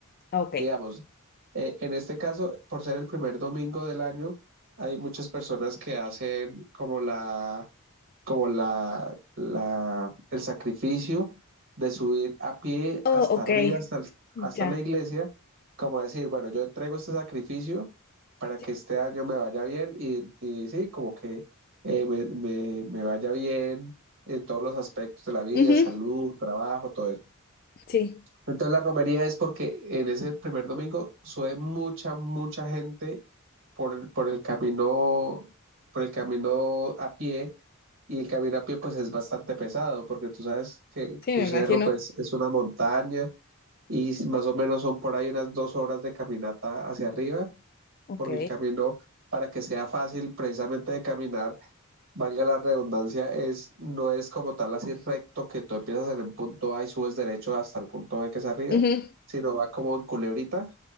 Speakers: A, on the left; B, on the right.
A: ok.
B: digamos, eh, en este caso, por ser el primer domingo del año, hay muchas personas que hacen como la, como la, la, el sacrificio de subir a pie
A: Oh,
B: hasta
A: ok,
B: arriba, hasta, el- hasta
A: ya.
B: la iglesia, como decir, bueno, yo entrego este sacrificio para
A: Sí.
B: que este año me vaya bien y, y sí, como que eh, me, me me vaya bien en todos los aspectos de la vida,
A: Ujú,
B: salud, trabajo, todo eso.
A: Sí,
B: Entonces la romería es porque en ese primer domingo sube mucha, mucha gente por, el- por el camino, por el camino a pie, y el camino a pie pues es bastante pesado, porque tú sabes que,
A: sí,
B: que un
A: me
B: cerro
A: imagino.
B: pues es una montaña y s- más o menos son por ahí unas dos horas de caminata hacia arriba,
A: Ok,
B: porque el camino para que sea fácil precisamente de caminar valga la redundancia, es, no es como tal así recto que tú empiezas en el punto A y subes derecho hasta el punto B que es arriba,
A: ujú,
B: sino va como en culebrita,